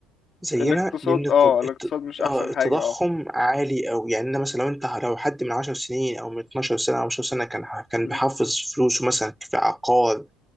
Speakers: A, in the centre; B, on the left.
A: زينا
B: الاقتصاد
A: لان التض...
B: اه الاقتصاد
A: الت...
B: مش احسن
A: آه، التضخم
B: حاجة اه
A: عالي قوي يعني أنا مثلا لو انت لو حد من 10 سنين او من 12 سنه او 10 سنه كان كان
B: مم.
A: بيحافظ فلوسه مثلا في عقار